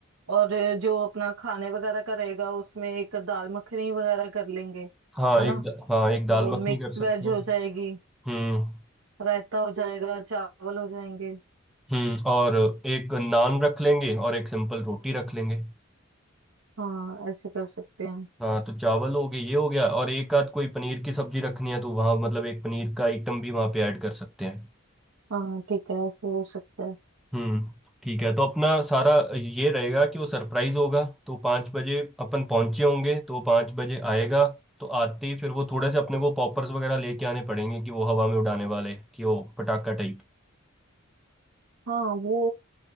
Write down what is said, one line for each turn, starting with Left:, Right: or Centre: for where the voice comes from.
Right: और जो अपना खाने वगैरह का रहेगा उसमें एक दाल मखनी वगैरह कर लेंगे
Centre: हाँ
Right: है
Centre: एक
Right: ना
Centre: द- हाँ एक दाल
Right: तो
Centre: मखनी
Right: मिक्स
Centre: कर सकते
Right: वेज
Centre: हैं
Right: हो जाएगी
Centre: हम्म
Right: रायता हो जाएगा चावल हो जाएंगे
Centre: हम्म और एक नान रख लेंगे और एक सिंपल रोटी रख लेंगे
Right: हाँ ऐसे कर सकते हैं
Centre: हाँ तो चावल हो गए ये हो गया और एक आध कोई पनीर की सब्जी रखनी है तो वहाँ मतलब एक पनीर का आइटम भी वहाँ पे ऐड कर सकते हैं
Right: हाँ ठीक है ऐसे हो सकता है
Centre: हम्म ठीक है तो अपना सारा ये रहेगा कि वो सरप्राइज होगा तो पाँच बजे अपन पहुँचे होंगे तो पाँच बजे आएगा तो आते ही फिर वो थोड़े से अपने को पॉपर्स वगैरह लेके आने पड़ेंगे कि वो हवा में उड़ाने वाले कि वो पटाखा टाइप।
Right: हाँ वो